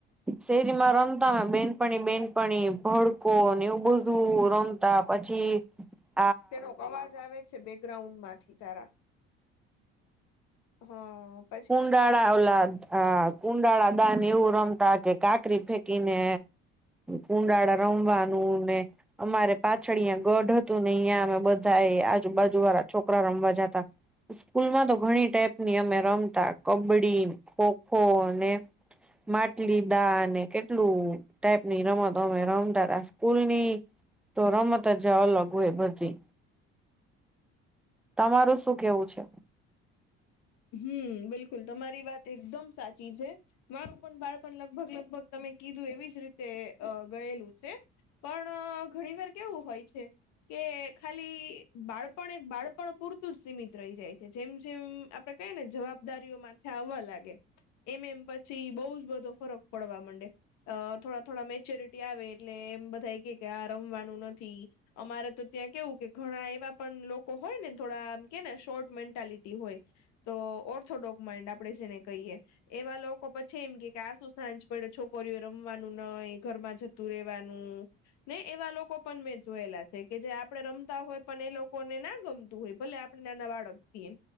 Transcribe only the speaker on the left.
શેનો અવાજ આવે છે બેકગ્રાઉન્ડ માંથી તારા <unintelligible>
હમ બિલકુલ તમારી વાત એકદમ સાચી છે. મારું પણ બાળપણ લગભગ લગભગ તમે કીધું એવી જ રીતે અ ગયેલું છે. પણ ઘણીવાર કેવું હોય છે. કે ખાલી બાળપણ એક બાળપણ પૂરતું જ સીમિત રહી જાય છે જેમ જેમ આપડે કઈ ને જવાબદારીઓ માથે આવવા લાગે. એમ એમ પછી બહુ જ બધો ફરક પડવા માંડે અ થોડા થોડા મેચ્યોરિટી આવે એટલે એમ બધા એ કે કે આ રમવાનું નથી. અમારે તો ત્યાં કેવું, કે ઘણા એવા પણ લોકો હોય ને, થોડા આમ, કેને, શોર્ટ મેન્ટાલિટી હોય. તો ઓર્થોડોક માઇન્ડ આપણે જેને કહીએ. એવા લોકો પછી એમ કે કે આ શું સાંજ પડે છોકરીઓ રમવાનું ન ઘરમાં જ જતું રહેવાનું. ને એવા લોકો પણ મેં જોયેલા છે કે જે આપડે રમતા હોય પણ એ લોકોને ના ગમતું હોય ભલે અત્યારના નાના બાળક છીએ